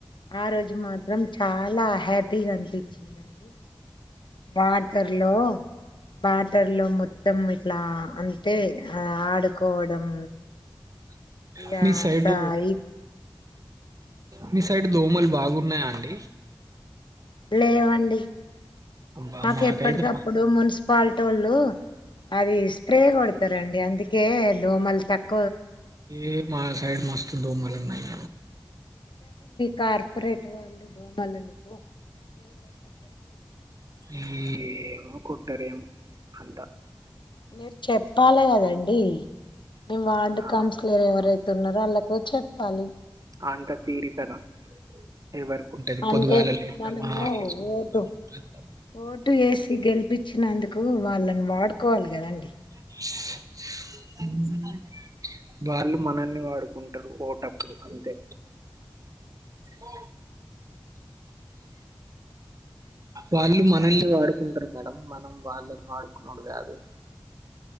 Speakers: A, on the left; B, on the right.
A: ఆ రోజు మాత్రం చాలా హ్యాపీగా అనిపించిందండి. బాటరల్లో బాటర్ల్లో మొత్తం ఇట్లా అంటే ఆడుకోవడం,
B: <unintelligible>
A: ఇగా
B: మీ సైడ్
A: అంతా ఆయి
B: మీ సైడ్ దోమలు
A: చెప్ప
B: బాగున్నాయా అండి
A: లేవండి
B: అబ్బా
A: మాకు
B: మాకైతే
A: ఎప్పటికప్పుడు
B: మ
A: మున్సి మున్సి పల్టోళ్ళు అది స్ప్రే కొడతారంండి అందుకే దోమలు తక్కు
B: ఏ మా సైడ్ మస్తు దోమలున్నాయ్
A: కార్పొరట్ వాళ్ళ దోమలుకు
B: ఏ కొట్టరం అంతా
A: మీరు చెప్పాలి కదండి మీ వార్డు
B: ఆ
A: కౌన్సిలర్ ఎవరైతే ఉన్నారో వాళ్ళకు చెప్పాలి,
B: అంత తీరికనా ఎవరికి ఉంటది
A: అంటే
B: పొదుగాల లేత్తామా
A: మనము
B: ఆఫీస్ కు పోతాం
A: ఓటు
B: వస్తాం
A: ఓటు వేసి గెళ్ చపించినందుకు వాళ్ళని వాడుకోవాలి కదండి
B: <unintelligible> వాళ్ళు మనని వాడుకుంటారు టప్పుడు అంతే ఉ వాళ్ళు మనల్ని వాడుకుంటారు మేడం మనం వాళ్ళని వాడుకున్నా కాదు